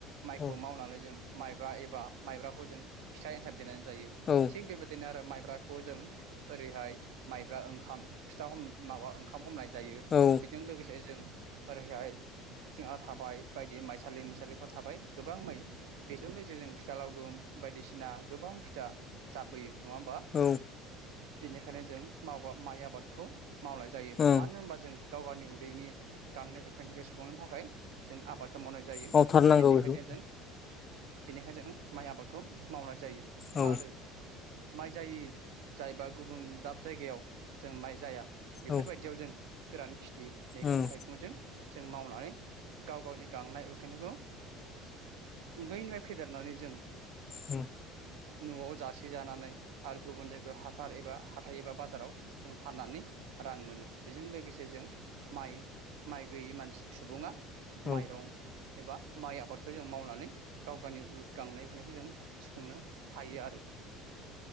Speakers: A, on the right (about 60°); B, on the left (about 35°).
A: माइखौ
B: औ
A: मावनानै जों माइब्रा एबा माइब्राखौ जों फिथा एन्थार देनोन जायो
B: औ
A: थिख बेबायदिनो आरोब माइब्राखौ जों ओरैहाय माइब्रा ओंखाम फिथा हम माबा ओंखाम हमनाय जायो
B: औ
A: बेजों लोगोसे जों ओरैहाय जोंहा थाबाय बायदि माइ मलिसालिफोर थाबाय गोबां माइ बेजों लोगोसे जों फिथा लावदुम बायदिसिना गोबां जा जाबबोयो नङा होमबा
B: औ
A: बेनिखायनो जों माव माइ आबादखौ मावनाय जायो
B: ओं
A: मानो होनबा जों गाव गावनि उदैनि गांनाय उखैनायखौ सुफुंनो थाखाय जों आबादखौ मावनाय जायो।
B: मावथार नांगौ
A: बेनिखायनो
B: बेखौ
A: जों बेनिखायनो जों माइ आबादखौ मावनाय जायो
B: औ
A: आरो माइ जायै जायबा गुबुन दाब जायगायाव जों माइ जाया बेफोरबायदियाव
B: औ
A: जों गोरानखिथि
B: ओं
A: मैगं थाइगंजों जों मावनानै गाव गावनि गांनाय उ खैनायखौ उदनो मफ फेदेरनानै जों
B: उम
A: नआव जासेजानानै आरो गुबुन जायगायाव हासार एबा हाथाइ एबा बाजाराव जों फाननानै रां मोनो बेजों लोगोसे जों माइ माइ गैयै मानसि सुबुङा
B: औ
A: माइरं माइ आबादखौ जों मावनानै गाव गावनि गांनाय उनायखौ जों सुफुंनो हायो आरो